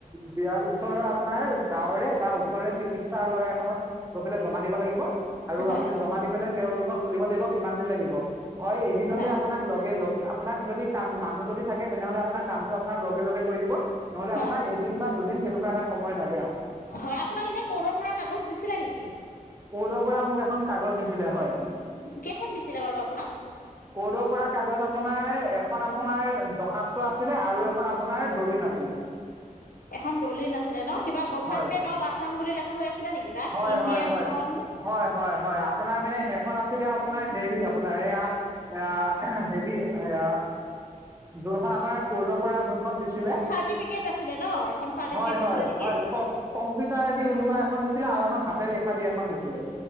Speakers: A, on the right; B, on the left.
A: বিয়া, ওচৰৰ আপোনাৰ গাঁৱৰে বা ওচৰৰে চিকিৎসালয় এখনত গৈ পেলাই জমা দিব লাগিব। আৰু
B: হয়
A: আ আপুনি জমা দি পেলাই তেওঁলোকক সুধিব লাগিব কিমান দিন লাগিব। হয় এদিনতে
B: হয়
A: আপোনাক লগে লগ আ আপোনাক যদি কাম মানুহ যদি থাকে, তেনেহলে আপোনাক কামটো আপোনাক লগে লগে কৰি দিব নহ'লে
B: হয়
A: আপোনাৰ এদিন বা দুদিন তেনেকুৱা এটা সময় লাগে আৰু।
B: হয় আপোনাক এনে কৰবাৰ পৰা কাগজ দিছিলে নেকি?
A: ক'ৰ্টৰ পৰা মোক এখন কাগজ দিছিলে হয়।
B: কেইখন দিছিলে বাৰু আপোনাক?
A: কৰ্তৰ পৰা কাগজ আপোনাৰ এখন আ আপোনাৰ দৰ্খাস্ত আছিলে আৰু এখন আপোনাৰ দলিল আছিলে
B: এখন দলিল আছিলে ন কিবা গভাৰমেন্ট
A: হয়
B: অফ আছাম বুলি লিখা হৈ আছিলে নেকি তাত
A: হয়
B: ইণ্ডিয়ান
A: হয় হয়
B: নন?
A: হয় হয় হয় আপোনাৰ মানে সেইখন আছিলে আপোনাৰ হেৰি আ আপোনাৰ আ আ হেৰি আ যোনখন আপোনাৰ কৰ্ডৰ পৰা যোনখন দিছিলে
B: চাৰ্টিফিকেট আছিলে ন এখন চাৰ্টিফিকেট
A: হয়
B: দিছিলে
A: হয়
B: নেকি
A: হয় ক কম্পিউটাৰদি ওলোৱা এ <inaudible> ছিলে আৰু এখন হাতে লেখা দি এখন দিছিলে।